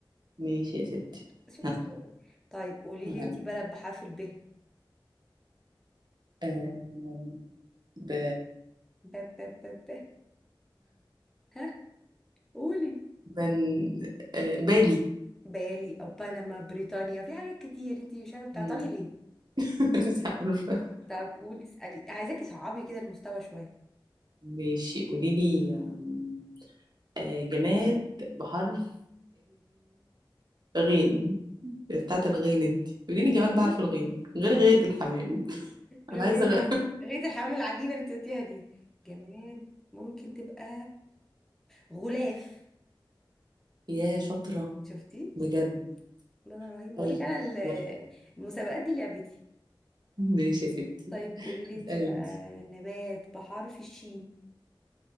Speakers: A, on the right; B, in the centre.
A: ماشي يا ستي
B: شفتي
A: ها
B: بقى؟ طيب قولي
A: تمام.
B: لي أنت بلد بحرف الب
A: آه، ب...
B: ب ب ب ب ها قولي
A: بن... آه، بالي
B: بالي أو بنما بريطانيا في حاجات كتير أنت مش عارفة بتعطلي
A: مم.
B: ليه
A: <laughs> مش عارفة
B: طب قولي اسألي عايزاكي تصعبي كده المستوى شوية
A: ماشي قولي لي آم، آه، جماد بحرف غين بتاعة الغين انت قولي
B: غير
A: لي جماد بعرف الغين غير غاية الحمام <laughs>
B: غير
A: انا عايزة
B: غيرة
A: غ...
B: الح...
A: <laughs>
B: غيرة الحمام العجيبة اللي أنت قلتيها دي جماد ممكن تبقى غلاف
A: يا شاطرة
B: شفتي
A: بجد
B: شفتي لا لا رهيب بقول
A: طيب
B: لك أنا ال-
A: يلا
B: المسابقات دي لعبتي
A: ماشي يا ستي
B: طيب قولي لي
A: اسألي
B: انتي بقى
A: انت
B: نبات بحرف الشين